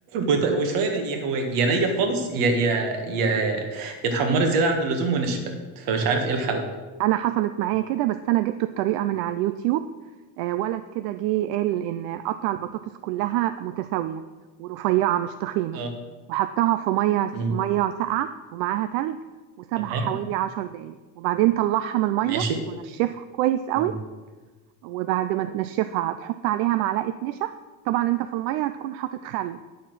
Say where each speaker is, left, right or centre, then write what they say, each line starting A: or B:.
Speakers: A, on the right (about 50°); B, on the right (about 75°).
A: وط- وشوية ي- هو يا نية خالص يا يا يا يا اتحمرت زيادة عن اللزوم ونشفت فمش عارف ايه الحل
B: انا حصلت معايا كده بس انا جبت الطريقه من على اليوتيوب آه، ولد كده جه قال ان قطع البطاطس كلها متساويه ورفيعه مش تخينه
A: اه
B: وحطها في ميه
A: مم.
B: ميه ساقعه ومعاها تلج وسابها
A: تمام
B: حوالي عشر دقايق وبعدين طلعها من الميه
A: ماشي
B: ونشفها كويس قوي
A: مم.
B: وبعد ما تنشفها هتحط عليها معلقه نشا طبعا انت في الميه هتكون حاطط خل